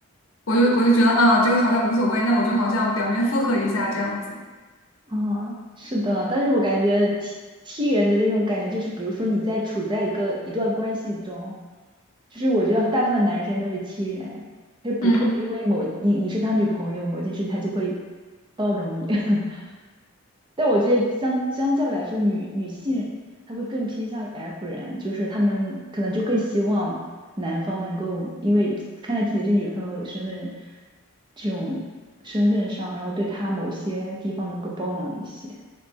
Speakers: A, on the left; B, on the right.
A: 我就我就觉得啊，这个好像无所谓，那我就好像表面附和一下这样子。
B: 啊，是的，但是我感觉 T T 人的这种感觉就是，比如说你在处在一个一段关系中，就是我觉得大部分男生都是 T 人，他不会因为某你你是他女朋友某件事情，
A: 嗯
B: 他就会包容你。<laughs> 但我觉得相相较于来说，女女性她会更偏向于 F 人，就是她们可能就更希望男方能够因为看在自己这女朋友的身份这种身份上，然后对她某些地方能够包容一些。